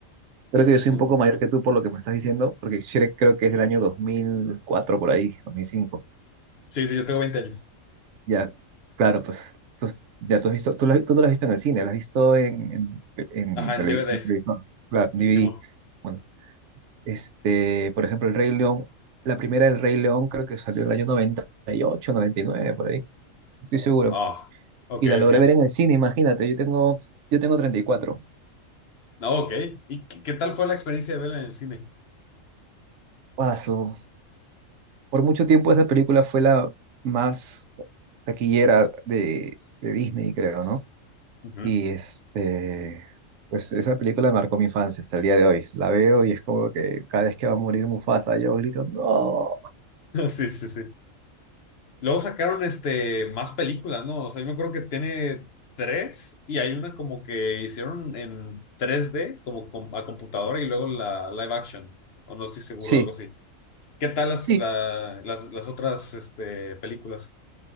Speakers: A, on the right; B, on the left.
A: creo que yo soy
B: Sí,
A: un poco mayor que tú por lo que me estás diciendo, porque Shrek creo que es del año 2004 por ahí, 2005.
B: sí, sí, yo tengo veinte años.
A: Ya, claro, pues tú, ya tú has visto, tú la, tú no la has visto en el cine, la has visto en, en, en
B: Ajá,
A: televi-
B: en DVD.
A: televisor, claro, DVD.
B: Simón.
A: Bueno, Este, por ejemplo, El Rey León, la primera del Rey León creo que salió en el año 98, 99, por ahí, estoy seguro.
B: Ah, ok,
A: Y la logré
B: ok.
A: ver en el cine, imagínate, yo tengo, yo tengo 34.
B: No, ok. ¿Y qué, qué tal fue la experiencia de verla en el cine?
A: Guaso. Por mucho tiempo esa película fue la más taquillera de, de Disney, creo, ¿no?
B: Ujú.
A: Y este, pues esa película marcó mi infancia hasta el día de hoy. La veo y es como que cada vez que va a morir Mufasa, yo grito, no.
B: <laughs> Sí, sí, sí. Luego sacaron este más películas, ¿no? O sea, yo me acuerdo que tiene tres y hay una como que hicieron en tres d como com- a computadora y luego la live action, o no estoy seguro,
A: Sí,
B: algo así. ¿Qué tal las,
A: sí,
B: la- las, las otras este, películas?